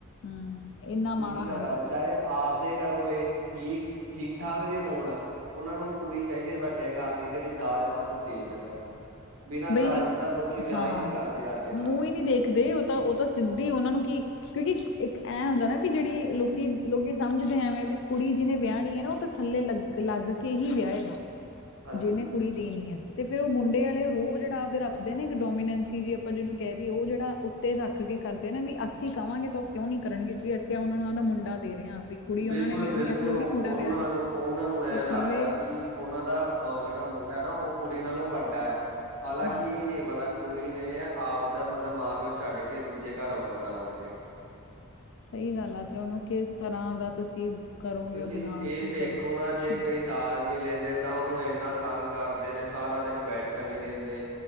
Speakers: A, on the left (about 60°); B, on the right (about 85°).
A: ਹਮ ਇੰਨਾ ਮਾੜਾ
B: ਏਹੀ ਤਾਂ
A: ਹਾਲ
B: ਗੱਲ
A: ਆ
B: ਚਾਹੇ ਆਪ ਦੇ ਘਰੋ ਏਹ ਠੀਕ ਠੀਕ-ਠਾਕ ਜੇ ਹੋਣ। ਉਹਨਾਂ ਨੂੰ ਕੁੜੀ ਚਾਹੀਦੀ ਵੱਡੇ ਘਰ ਦੀ ਜੇੜੀ ਦਾਜ ਵਾਧੂ ਦੇ ਸਕਣ। ਬਿਨਾ
A: ਬਈ
B: ਦਾਜ ਤੋ ਤਾਂ ਲੋਕੀ ਵਿਆਹ
A: ਹਾਂ
B: ਈ ਨੀ ਕਰਦੇ। ਅੱਜ
A: ਮੂੰਹ
B: ਕੱਲ
A: ਈ ਨੀ ਦੇਖਦੇ ਓ ਤਾਂ ਓ ਤਾਂ ਸਿੱਧੀ ਓਨਾਂ ਨੂੰ ਕੀ ਕਿਉਂਕਿ ਇੱਕ ਐਂ ਹੁੰਦਾ ਨਾ ਵੀ ਜਿਹੜੀ ਲੋਕ ਕਿ ਲੋਕੀ ਸਮਝਦੇ ਐਵੇਂ ਵੀ ਕੁੜੀ ਜੀਨੇ ਵਿਆਹਣੀ ਐ ਨਾ ਉਹ ਤਾਂ ਥੱਲੇ ਲੱਗ-ਲੱਗ ਕੇ ਹੀ ਵਿਆ
B: ਹਾਂਜੀ।
A: ਜੀਹਨੇ ਕੁੜੀ ਦੇਣੀ ਆ ਤੇ ਫੇਰ ਉਹ ਮੁੰਡੇ ਵਾਲੇ ਰੋਜ਼ ਜਿਹੜਾ ਆਪਦੇ ਰੱਖਦੇ ਨੇ ਇੱਕ ਡੋਮੀਨੈਂਸੀ ਜੀ ਆਪਾਂ ਜਿਹਨੂੰ ਕਹਿ ਦਈਏ ਉਹ ਜੇੜਾ ਉੱਤੇ ਰੱਖ ਕੇ ਕਰਦੇ ਨੇ ਵੀ ਅਸੀਂ ਕਵਾਂਗੇ ਤਾਂ ਕਿਉਂ ਨੀ ਕਰਨਗੇ ਕਿ ਅਸੀਂ ਉਹਨਾਂ ਨੂੰ ਓਦਾ ਮੁੰਡਾ ਦੇ ਰਹੇ ਹਾਂ ਵੀ। ਕੁੜੀ
B: ਬਿਲਕੁਲ-ਬਿਲਕੁਲ
A: ਉਹਨਾਂ ਨੇ ਵਿਆਹਣੀ ਅਸੀਂ ਥੋੜੀ
B: ਉਹਨਾਂ
A: ਮੁੰਡਾ ਵਿਆਹ ਰਹੇ ਹਾਂ।
B: ਨੂੰ ਉਹਨਾਂ ਨੂੰ ਐ
A: ਤੇ
B: ਲੱਗਦਾ
A: ਥੱਲੇ
B: ਕਿ ਉਹਨਾਂ ਦਾ ਅ ਜੇੜਾ ਮੁੰਡਾ ਐ ਨਾ ਉਹ ਕੁੜੀ ਨਾਲੋਂ ਵੱਡਾ ਐ ਹਾਲਾਂਕਿ
A: ਹਾਂ
B: ਇਹ ਨੀ ਪਤਾ ਕੁੜੀ ਨੇ ਆਪਦਾ ਮਤਲਬ ਮਾਂ-ਪਿਓ ਛੱਡ ਕੇ ਦੂਜੇ ਘਰ ਵੱਸਣਾ ਆ ਕੇ
A: ਸਹੀ ਗੱਲ ਆ ਤੇ ਉਹਨੂੰ ਕਿਸ ਤਰ੍ਹਾਂ ਦਾ ਤੁਸੀਂ ਕਰੋਗੇ
B: ਤੁਸੀਂ
A: ਉਹਦੇ ਨਾਲ
B: ਏਹ
A: ਕੀ
B: ਵੀ ਵੇਖੋ
A: ਕਰੋਗੇ
B: ਨਾ
A: ਕੁਛ
B: ਜੇ
A: ਨੀ
B: ਕਈ
A: ਪਤਾ।
B: ਦਾਜ ਨੀ ਲੈਂਦੇ ਤਾਂ ਉਹਨੂੰ ਏਨਾ ਤੰਗ ਕਰਦੇ ਨੇ। ਸਾਰਾ ਦਿਨ ਬੈਠਣ ਨੀ ਦਿੰਦੇ।